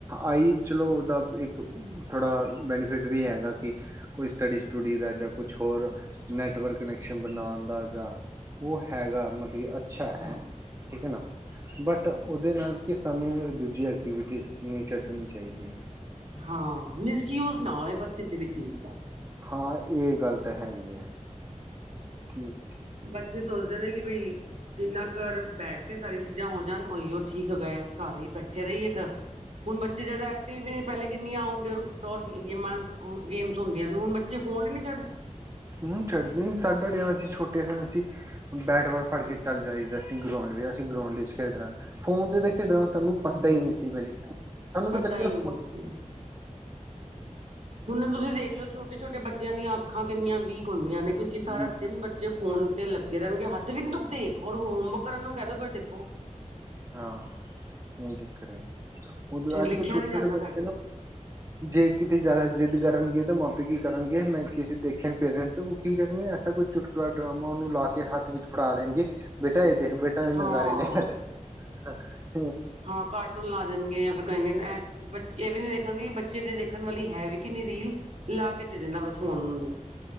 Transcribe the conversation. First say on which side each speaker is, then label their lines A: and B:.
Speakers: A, on the right (about 25°); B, on the right (about 65°).
A: ਆਈ ਚਲੋ ਉਹਦਾ ਇੱਕ ਥੋੜ੍ਹਾ ਬੈਨੀਫਿਟ ਵੀ ਹੈਗਾ ਕਿ ਕੋਈ ਸਟੱਡੀ ਸਟੂਡੀ ਦਾ ਜਾਂ ਕੁਛ ਹੋਰ ਨੈਟਵਰਕ ਕਨੈਕਸ਼ਨ ਬਣਾਣ ਦਾ ਜਾਂ ਉਹ ਹੈਗਾ ਮਤਲਬ ਕਿ ਅੱ ਅੱਛਾ
B: ਹਾਂ
A: ਐ ਠੀਕ ਹੈ ਨਾ। ਬਟ ਉਹਦੇ ਨਾਲ ਕੀ ਸਾਨੂੰ ਦੂਜੀ ਐਕਟੀਵਿਟੀ ਨਹੀਂ ਛੱਡਣੀ ਚਾਹੀਦੀ।
B: ਹਾਂ ਮਿਸਯੂਜ ਨਾ ਹੋਏ ਬਸ ਕਿਸੇ ਵੀ ਚੀਜ਼ ਦਾ
A: ਹਾਂ ਇਹ ਗੱਲ ਤਾਂ ਹੈਗੀ ਹੈ। ਕਿ
B: ਬੱਚੇ ਸੋਚਦੇ ਨੇ ਕਿ ਬਈ ਜਿੰਨਾ ਘਰ ਬੈਠ ਕੇ ਸਾਰੀਆਂ ਚੀਜ਼ਾਂ ਹੋ ਜਾਣ ਉਹੀ ਉਹ ਠੀਕ ਹੋਗਾ ਘਰ ਹੀ ਬੈਠੇ ਰਹੀਏ ਤਾਂ ਹੁਣ ਬੱਚੇ ਜਿਆਦਾ ਐਕਟਿਵ ਵੀ ਪਹਿਲੇ ਕਿੰਨੀਆਂ ਆਊਟਡੋਰ ਗੇਮਾਂ ਗੇਮਜ਼ ਹੁੰਦੀਆਂ ਸੀ ਹੁਣ ਬੱਚੇ ਫੋਨ ਹੀ ਨਹੀਂ ਛੱਡਦੇ।
A: ਹੁਣ ਛੱਡਦੇ ਨੀ ਸਾਡਾ ਟਾਈਮ ਅਸੀਂ ਛੋਟੇ ਸਾਂ ਅਸੀਂ ਬੈਟ ਬਾਲ ਫੜ ਕੇ ਚੱਲ ਜਾਈਦਾ ਸੀਂ ਗਰਾਉਂਡ ਵਿੱਚ ਅਸੀਂ ਗਰਾਊਂਡ ਵਿੱਚ ਖੇਡਣਾ। ਫੋਨ ਤੇ ਤਾਂ ਖੇਡਣਾ ਸਾਨੂੰ
B: ਹਮ
A: ਪਤਾ ਹੀ ਨਹੀਂ ਸੀ, ਪਹਿਲੀ ਸਾਨੂੰ
B: ਪਤਾ
A: ਤਾਂ ਪਹਿਲੀ
B: ਹੀ
A: ਗੱਲੋਂ
B: ਨਹੀਂ ਸੀ ਹੁਣ ਤੁਸੀਂ ਦੇਖਲੋ ਛੋਟੇ- ਛੋਟੇ ਬੱ ਬੱਚਿਆਂ ਦੀਆਂ ਅੱਖਾਂ ਕਿੰਨੀਆਂ ਵੀਕ ਹੁੰਦੀਆਂ ਨੇ। ਕਿਉਂਕਿ ਸਾਰਾ
A: ਵੀ
B: ਦਿਨ ਬੱਚੇ ਫੋਨ ਤੇ ਲੱਗੇ ਰਹਿਣਗੇ, ਹੱਥ ਵੀ ਨੀ ਦੁਖਦੇ। ਹੋਰ ਹੋਮਵਰਕ ਕਰਨ ਨੂੰ ਕਹਿ ਦੋ ਫਿਰ ਦੇਖੋ ਕੁ
A: ਹਾਂ ਇਹ ਚੱਕਰ ਐ। ਉਹ
B: ਫਿਰ
A: ਅੱਜ
B: ਲਿਖਿਆ
A: ਕੱਲ੍ਹ ਛੋਟੇ-
B: ਨੀ
A: ਛੋਟੇ
B: ਜਾਂਦਾ
A: ਬੱਚੇ
B: ਸਾਡੇ
A: ਆ ਨਾ
B: ਕੋਲ
A: ਜੇ ਕਿਤੇ ਜ਼ਿਆਦਾ ਜ਼ਿੱਦ ਕਰਨਗੇ। ਮਾਪੇ ਕੀ ਕਰਨਗੇ ਮੈਂ ਕਿਸੇ ਦੇਖੇ ਪੇਰੈਂਟਸ ਉਹ ਕੀ ਕਰਨਗੇ ਐਸਾ ਕੋਈ ਚੁਟਕੁਲਾ ਡਰਾਮਾ ਉਹਨੂੰ ਲਾ ਕੇ ਹੱਥ ਵਿੱਚ ਫੜਾ ਦੇਣਗੇ ਬੇਟਾ ਇਹ ਦੇਖ ਬੇਟਾ ਇਹ
B: ਹਾਂ
A: ਨਜ਼ਾਰੇ ਲੈ। <unintelligible>
B: ਹਾਂ ਕਾਰਟੂਨ ਲਾ ਦੇਣਗੇ ਜਾਂ ਫਿਰ ਕਹਿਣਗੇ ਇਹ ਬੱਚੇ ਵੀ ਨੀ ਦੇਖ ਦੇਣਗੇ ਬੱਚੇ ਦੇਖਣ ਵਾਲੀ ਹੈ ਵੀ ਕਿ ਨੀ ਰੀਲ ਲਾ ਕੇ ਦੇ ਦੇ ਦੇਣਾ ਬਸ ਫੋਨ ਉਹਨਾਂ ਨੂੰ।